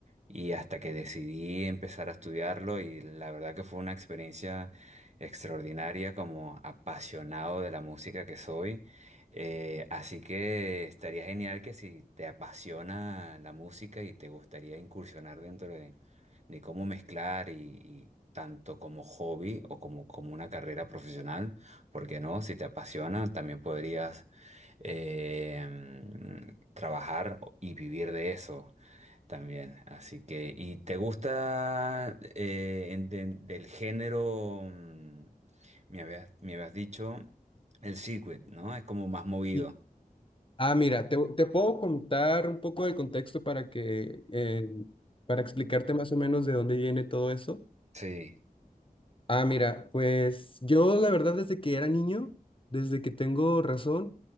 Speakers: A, on the right; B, on the left.
A: y hasta que decidí empezar a estudiarlo y la verdad que fue una experiencia extraordinaria como apasionado de la música que soy. Eh, así que estaría genial que si te apasiona la música y te gustaría incursionar dentro de, de cómo mezclar y, y tanto como hobby o como, como una carrera profesional, porque no? Si te apasiona, también podrías eh, trabajar y vivir de eso. También, así que, ¿y te gusta eh, en- de- del género, mm, me habías, me habías dicho, el circuit, ¿no? Es como más movido.
B: y Ah, mira, te, te puedo contar un poco del contexto para que, eh, para explicarte más o menos de dónde viene todo eso.
A: Sí,
B: Ah, mira, pues yo la verdad desde que era niño, desde que tengo razón,